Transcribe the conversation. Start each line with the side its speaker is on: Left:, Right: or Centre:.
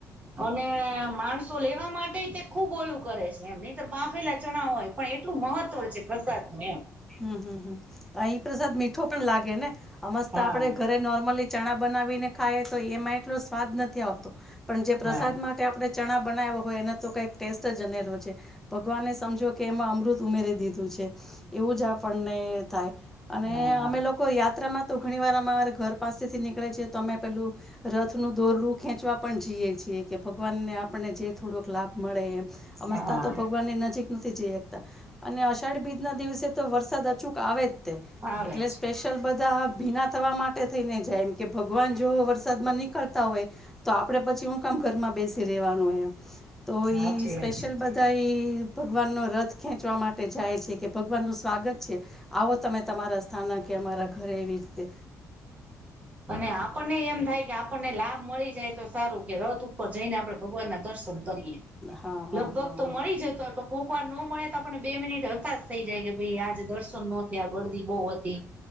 Right: અને માર્ચ તો લેવા માટે તે ખુબ ઓોલું કરે છે એમ નહીર બાફેલા ચણા હોય પણ એટલું મહત્વ છે પ્રસાદ નું એમ
Centre: હમ હમમ અહી પ્રસાદ મીઠો પણ લાગે ને મસ્ત
Right: હા
Centre: આપડે ઘરે નોર્મલી ચણા બનાવીને ખાય તો એમાં એટલો સ્વાદ નથી આવતો પણ જે પ્રસાદ
Right: હા
Centre: માટે આપણે ચણા બનાવ્યો હોય એનો તો કંઈક ટેસ્ટ જ અનેરો છે ભગવાને સમજો કે એમાં અમૃત ઉમેરી દીધું છે એવું જ આપણને થાય અને
Right: હા
Centre: અમે લોકો યાત્રામાં તો ઘણી વાર અમાર ઘર પાસેથી નીકળે છે તમે પેલું રથનું દોરડું ખેંચવા પણ જીએ છીએ કે ભગવાનને આપણને જે થોડોક લાભ મળે એમ આ મસ્તા
Right: હા હા
Centre: તો ભગવાનની નજીક નથી જ અઢી બીજના દિવસે તો વરસાદ અચૂક આવે જ
Right: આવે
Centre: એટલે લ
Right: છે
Centre: બધા ભીના થવા માટે થઈને જાય એમ કે ભગવાન જો વરસાદ માં નીકળ તા હોય તો આપે પછી હું કામ ઘરમાં બેસી રેવાનું હોય એમ તો
Right: સાચી
Centre: ઈ
Right: વાત
Centre: સ્પેશિયલ
Right: છે
Centre: બધ તા ઈ ભગવાન નો રથ ખેંચવા માટે જાય છે કે ભગ બર નું સ્વાગત છે, આવો તમે તમારા સ્થાન કે અમારા ઘરે એવી રીતે
Right: અને આપણને એમ થાય કે આપણને લાભ મળી જાય તો સારું કે રથ ઉપર જઈને આપણે ભગવાન ના દર્શન કરીએ.
Centre: હા હા
Right: લગભગ
Centre: હા
Right: તો
Centre: હા
Right: મળી જતો પ કોકવાર નો મળે તો આપને બે મિનિટ હતાસ થઇ જાય કે ભાઈ આજ દર્શન ન થયા ગરદી બહુ હતી.